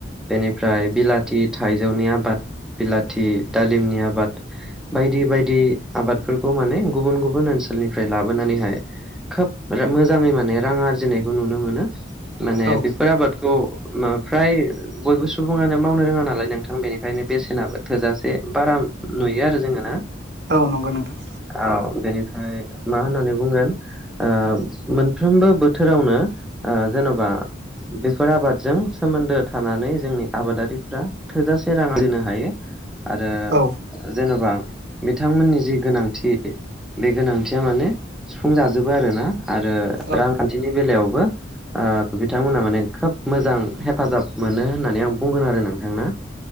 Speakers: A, in the centre; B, on the right.
A: बेनिफ्राय बिलाथि थाइजौनि आबाद बिलाथि दालिमनि आबाद बाय दि बायदि आबादफोरखौ माने गुबुन गुबुन ओनसोलनिफ्राय लाबोनानैहाय खोब मोजाङै माने रां आरजिनायखौ नुनो मोनो माने
B: औ
A: बेफोर आबादखौ फ्राय बयबो सुबुङानो मावनो रोङा नालाय नोंथां बेनिखायनो बेसेनाबो थोजासे बारा नुयो आरो जोङो ना।
B: औ नंगौ नोंथां।
A: औ बेनिफ्राय मा होननानै बुंगोन ओ मोनफ्रोमबो बोथोरावनो ओ जेन'बा बेफोर आबादजों सोमोन्दो थानानै जोंनि आबादारिफ्रा थोजासे रां आरजिनो हायो आरो
B: औ
A: जेन'बा बिथांमोननि जि गोनांथि बे गोनांथिया माने सुफुं जाजोबो आरोना आरो
B: औ
A: रांखान्थिनि बेलायावबो ओ बिथांमोनहा माने खोब मोजां हेफाजाब मोनो होननानै आं बुंगोन आरो नोंथां ना